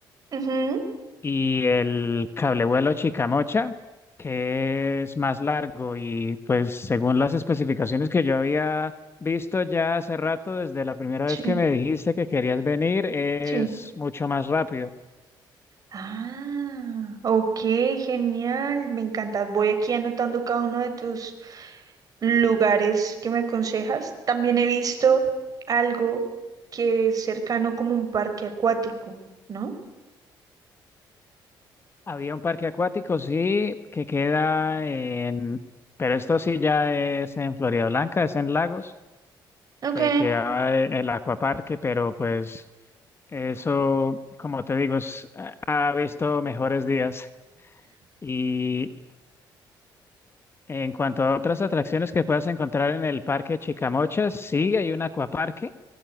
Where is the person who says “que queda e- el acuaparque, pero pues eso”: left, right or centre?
Left